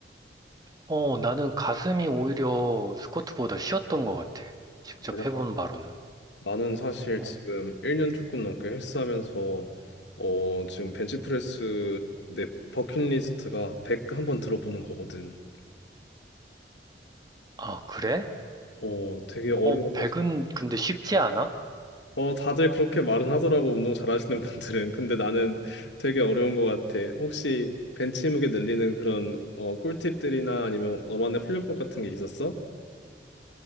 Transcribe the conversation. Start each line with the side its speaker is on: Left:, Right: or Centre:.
Right: 어, 나는 가슴이 오히려 스쿼트보다 쉬웠던 것 같아. 직접
Left: 대단하다.
Right: 해본 바로는.
Left: 나는 사실
Right: 어.
Left: 지금 1년 조금 넘게 헬스하면서 어, 지금 벤치프레스 내 버킷리스트가 100 한번 들어보는 거거든.
Right: 아, 그래?
Left: 어, 되게 어려워가지고.
Right: 어, 백은 근데 쉽지 않아?
Left: 어, 다들 그렇게 말은 하더라고 운동 잘하시는 분들은. 근데 나는 되게 어려운 것 같아. 혹시 벤치 무게 늘리는 그런 어, 꿀팁들이나 아니면 너만의 훈련법 같은 게 있었어?